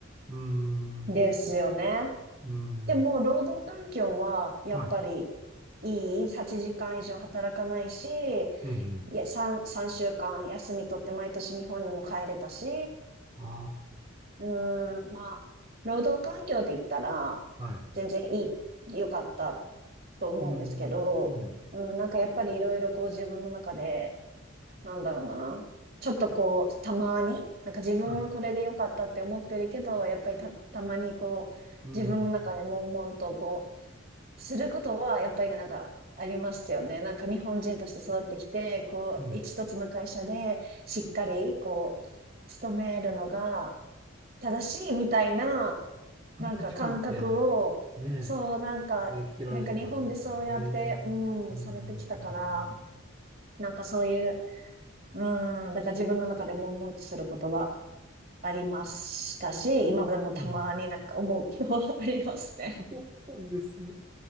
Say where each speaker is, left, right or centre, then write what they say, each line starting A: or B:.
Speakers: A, on the right; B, on the right.
A: うん。
B: ですよね。
A: うーん。
B: でも労働環境はやっぱり
A: は
B: いい、8時間以上働かないし、
A: い。ええ
B: いや、3、3週間休み取って毎年日本にも帰れたし、
A: あ
B: うーん、まあ、労働環境で言ったら、
A: あはい。
B: 全然いい、良かったと思うんですけど、
A: うん。はい。
B: うん、なんかやっぱりいろいろこう自分の中で、なんだろうな、ちょっとこう、たまに、なんか自分はこれで良かったって思ってるけど、
A: はい。う
B: やっぱりた、たまにこう、
A: ん。
B: 自分の中で悶々とこう、することは、やっぱりなんか、ありますよね。なんか日本人として育ってきて、こう、
A: うんはい
B: 一つの会社でしっかり、こう、勤めるのが、正しいみたいな、
A: そういう価値観って、
B: なんか感覚を、
A: ねえ、
B: そう、なんか、
A: 植え付けられるとこありますもんね。
B: なんか日本でそうやって、うん、
A: うんうんうん
B: されてきたから、なんかそういう、うん、だから自分の中で悶々とすることはありましたし、今までもたまになんか思うことはありますね。
A: うん。ええ、そうなんですね。